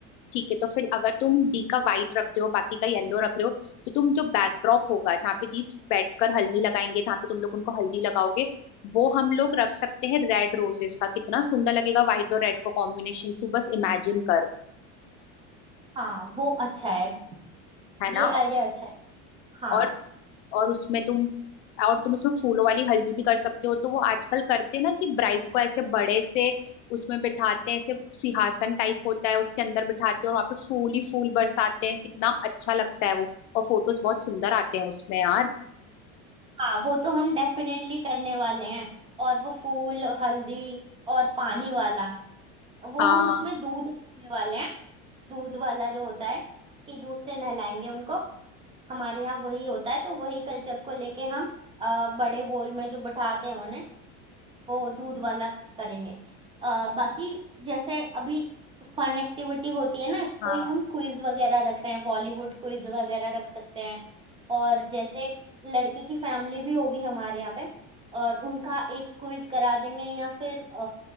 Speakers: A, on the left; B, on the right.
A: ठीक है तो फिर अगर तुम डी का वाइट रख रहे हो बाकी का येलो रख रहे हो तो तुम जो बैकड्रॉप होगा जहाँ पे दीप बैठकर हल्दी लगाएंगे जहाँ पे तुम लोग उनको हल्दी लगाओगे वो हम लोग रख सकते हैं रेड रोजेस का कितना सुंदर लगेगा व्हाइट और रेड का कॉम्बिनेशन तू बस इमेजिन कर
B: हाँ वो अच्छा है
A: है
B: ये
A: ना
B: आइडिया अच्छा है हाँ
A: और और उसमें तुम और तुम उसमें फूलों वाली हल्दी भी कर सकते हो तो वो आजकल करते हैं ना कि ब्राइड को ऐसे बड़े से उसमें बिठाते हैं ऐसे सिंहासन टाइप होता है उसके अंदर बिठाते हैं और वहां पे फूल ही फूल बरसाते हैं कितना अच्छा लगता है वो और फोटोज बहुत सुंदर आते हैं उसमें यार
B: हाँ वो तो हम डेफिनेटली करने वाले हैं और वो फूल हल्दी और पानी वाला वो
A: हाँ
B: हम उसमें दूध रखने वाले हैं दूध वाला जो होता है कि दूध से नहलाएंगे उनको हमारे यहाँ वही होता है तो वही कल्चर को लेके हम अ, बड़े बोल में जो बिठाते हैं उन्हें वो दूध वाला करेंगे आ, बाकी जैसे अभी फन एक्टिविटी होती है ना
A: हाँ
B: कोई हम क्विज वगैरह रख रहे हैं बॉलीवुड क्विज वगैरह रख सकते हैं और जैसे लड़के की फैमिली भी होगी हमारे यहाँ पे और उनका एक क्विज करा देंगे या फिर